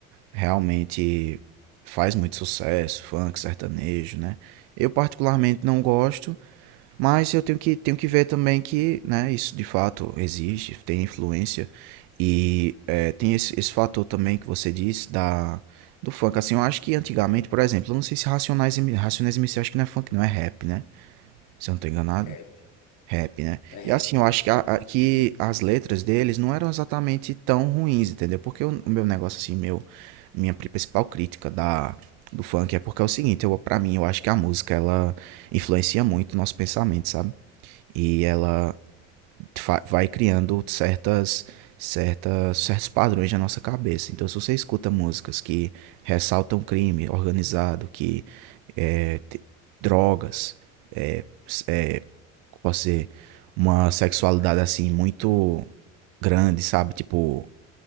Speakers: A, on the right (about 65°); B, on the left (about 50°).
A: realmente faz muito sucesso, funk, sertanejo, né? Eu particularmente não gosto. Mas eu tenho que, tenho que ver também que, né, isso de fato existe, tem influência. E é, tem esse, esse fator também que você disse da, do funk. Assim, eu acho que antigamente, por exemplo, eu não sei se Racionais, M- Racionais MC, acho que não é funk, não é rap, né? Se eu não tô enganado.
B: É rap,
A: Rap, né?
B: é rap.
A: E assim, eu acho que, a- a- que as letras deles não eram exatamente tão ruins, entendeu? Porque o, o meu negócio, assim, meu, minha pri- principal crítica da, do funk é porque é o seguinte, eu, pra mim, eu acho que a música, ela influencia muito o nosso pensamento, sabe? E ela fa- vai criando certas, certas, certos padrões na nossa cabeça. Então, se você escuta músicas que ressaltam crime organizado, que é, te- drogas, é, s- é, como posso dizer, uma sexualidade assim muito grande, sabe? Tipo,